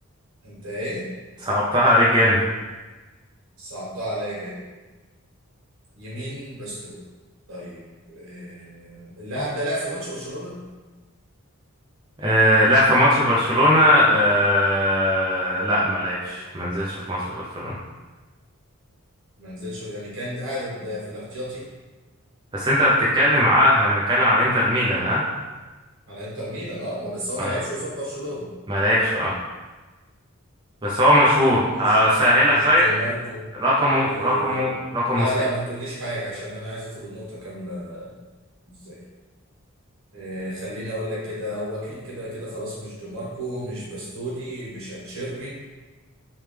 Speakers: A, on the right; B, on the right.
A: انت ايه
B: صعبتها عليك جامد
A: صعبتها عليا جامد يمين باستوني طيب إيه اللاعب ده لعب في ماتش برشلونة
B: آه لا في ماتش برشلونة آه لا ما لعبش ما نزلش في ماتش برشلونة
A: ما نزلش يعني كان قاعد في الاحتياطي
B: بس انت بتتكلم على احنا بنتكلم على انتر ميلان ها
A: على انتر ميلان اه ما بس هو ما
B: اه
A: لعبش قصاد برشلونة
B: ما لعبش اه بس هو مشهور
A: هو مش
B: اسهل
A: مش
B: لك طيب
A: دي ماركو
B: رقمه
A: إيه
B: رقمه رقمه
A: لا
B: ستة
A: لا ما تقوليش حاجة عشان انا عايز اخد النقطة كاملة ازاي إيه خليني اقول لك كده هو اكيد كده كده خلاص مش دي ماركو مش باستودي مش اتشيربي